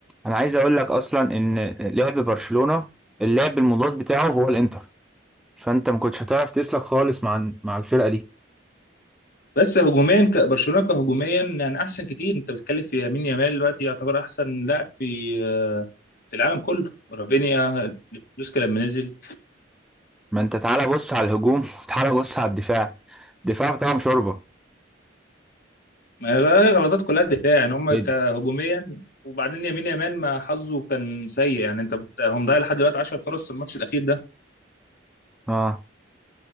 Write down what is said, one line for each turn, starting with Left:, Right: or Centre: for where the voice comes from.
Centre: انا عايز اقول لك اصلا ان لعب برشلونة اللعب المضاد بتاعه هو الانتر فانت ما كنتش هتعرف تسلك خالص مع مع الفرقة دي
Left: بس هجوميا ك- برشلونه كهجوميا يعني احسن كتير انت بتتكلم في يمين يامال دلوقتي يعتبر احسن لاعب في آه، في العالم كله رافينيا ليفاندوسكي لما نزل
Centre: ما انت تعالى بص على الهجوم <laughs> وتعالى بص على الدفاع الدفاع بتاعهم شوربة
Left: ما هي غلطات كلها دفاع يعني هم
Centre: إيه؟
Left: كهجوميا
Centre: ده؟
Left: وبعدين يمين يامال ما حظه كان سيء يعني انت بت- هو مضيع لحد دلوقتي 10 فرص في الماتش الاخير ده
Centre: اه